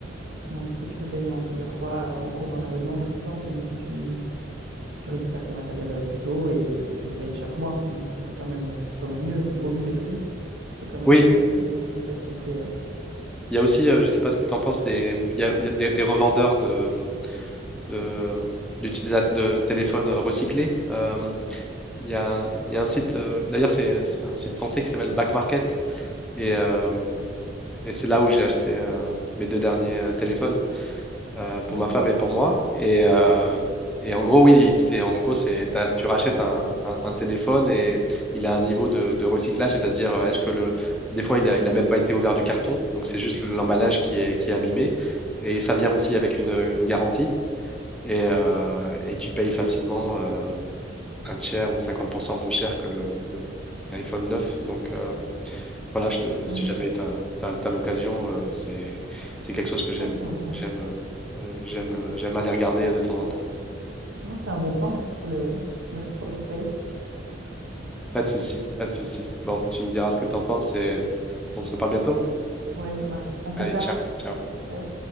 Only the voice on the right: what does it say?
Alors, du coup, tu peux payer en plusieurs fois euh, en prenant un abonnement, par exemple, et du coup, tu, tu récupères ton matériel euh, plus tôt et tu le payes chaque mois. Donc ça, c'est quand même, euh, c'est quand même mieux vu, au vu des prix. C'est quand même
euh, une, une facilité. euh.
Bon,
d'accord.
Ah
ouais.
Ouais, c'est un
bon,
non, c'est un bon plan. Merci pour le, merci pour le conseil.
Oui, ça marche. À plus
tard.
Ciao.